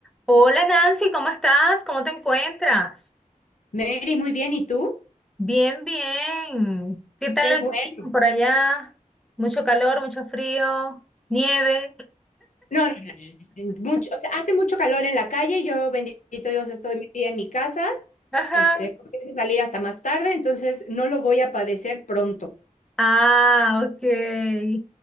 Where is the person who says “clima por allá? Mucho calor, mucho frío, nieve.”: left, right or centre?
Centre